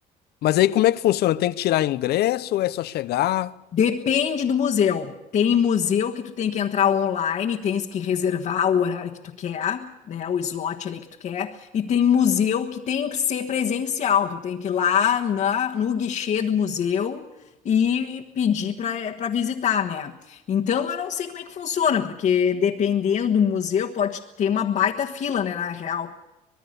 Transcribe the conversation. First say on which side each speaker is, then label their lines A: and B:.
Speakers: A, on the left; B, on the left.
A: Mas aí como é que funciona? Tem que tirar ingresso ou é só chegar?
B: Depende do museu. Tem museu que tu tem que entrar online, tens que reservar o horário que tu quer, né? O slot ali que tu quer. E tem museu que tem que ser presencial. Tu tem que ir lá na, no guichê do museu e pedir para para visitar, né? Então eu não sei como é que funciona, porque dependendo do museu pode ter uma baita fila, né? Na real.